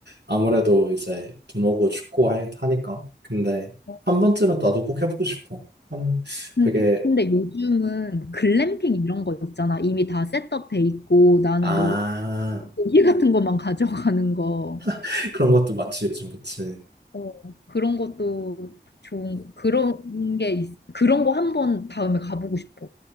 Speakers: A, on the right (about 75°); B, on the left (about 70°).
A: 아무래도 이제 눈 오고 춥고 하- 하니까. 근데
B: 어.
A: 한 번쯤은 나도 꼭 해보고 싶어. 한,
B: 근-
A: 되게,
B: 근데 요즘은 글램핑 이런 거 있잖아. 이미 다 셋업 돼 있고, 나는
A: 아,
B: 뭐, 고기 같은 것만 <laughs> 가져가는 거.
A: <laughs> 그런 것도 많지, 요즘, 그치.
B: 어, 그런 것도 좋은, 그런 게, 있- 그런 거 한 번 다음에 가보고 싶어.